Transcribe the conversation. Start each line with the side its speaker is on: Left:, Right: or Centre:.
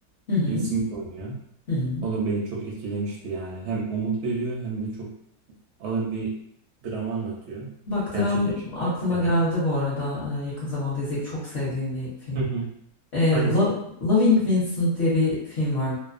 Left: Hı hı.
Right: Will Smith oynuyor.
Left: Hı hı.
Right: O da beni çok etkilemişti yani. Hem umut veriyor hem de çok ağır bir drama anlatıyor.
Left: Bak
Right: Gerçek
Left: dram
Right: yaşanmış
Left: aklıma
Right: bir hikaye.
Left: geldi bu arada. Ee, yakın zamanda izleyip çok sevdiğim bir film.
Right: Hı hı.
Left: Ee,
Right: Hangisi?
Left: Lo- Loving Vincent diye bir film var.